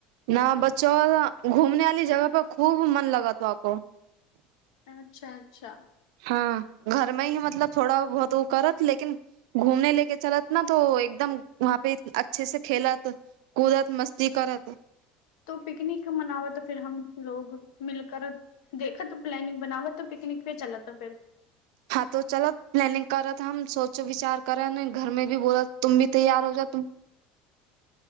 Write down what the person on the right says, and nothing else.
न बच्चौ घूमने वाली जगह पर खूब मन लग थो आको <unintelligible>
हँ घरमे ही मतलब थोड़ा बहुत ओ करत लेकिन <unintelligible> घूमने लेके चलत न त एकदम वहाँ पे अच्छे से खेलत <unintelligible> पूरा मस्ती कर <unintelligible>
हँ तो चलत प्लानिंग करत हम सोच विचार। करै ने घरमे भ बोला तुम भी तैयार हो जा तु <unintelligible>